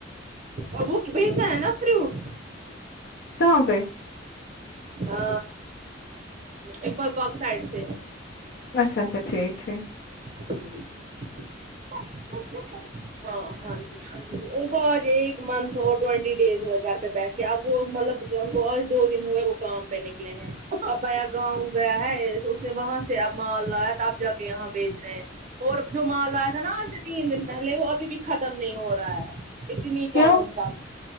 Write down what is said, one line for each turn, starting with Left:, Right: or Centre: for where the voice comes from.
Right: اب وہ بیچتا ہے نا فروٹس
Left: کہاں پے
Right: ا ام اال پک سائڈ سے
Left: اچھا اچھا ٹھیک ہے
Right: <unintelligible> کچھ نہیں کرا ہاں ہاں جی ہا جی ان کو آج ایک منتھ ہو ٹوینٹی ڈیز ہوئے گھر پہ بیٹھ کے اب وہ مطلب ان کو اور دو دن ہوئے وہ گم پہ نکلے ہیں اب آیا گاؤں گیا ہے اس نے وہاں سے اب مال لایا تھا اب جا کے یہاں بیچ رہے ہیں اور جو مال لایا تھا ناآج تین دن پہلے وہ ابھی بھی ختم نہیں ہو رہا ہے اتنی
Left: کیوں
Right: کام کام